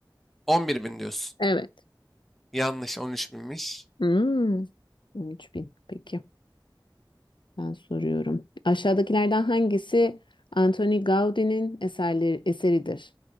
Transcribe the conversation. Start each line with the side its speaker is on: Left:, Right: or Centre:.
Centre: 11000 diyorsun.
Left: Evet.
Centre: Yanlış 13 binmiş.
Left: Hmm. 3000. Peki. Ben soruyorum. Aşağıdakilerden hangisi Antoni Gaudi'nin eserleri, eseridir?